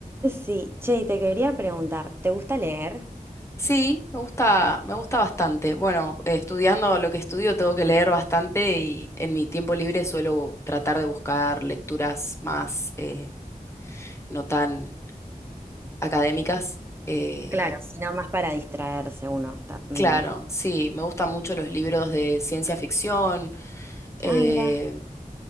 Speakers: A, on the right; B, on the left.
A: Sí, che, y te quería preguntar, ¿te gusta leer?
B: Sí, me gusta, me gusta bastante. Bueno, eh, estudiando lo que estudio tengo que leer bastante y en mi tiempo libre suelo tratar de buscar lecturas más eh, no tan académicas. Eh,
A: Claro, si no, más para distraerse uno también.
B: claro, sí, me gustan mucho los libros de ciencia ficción, eh,
A: Ah, mira.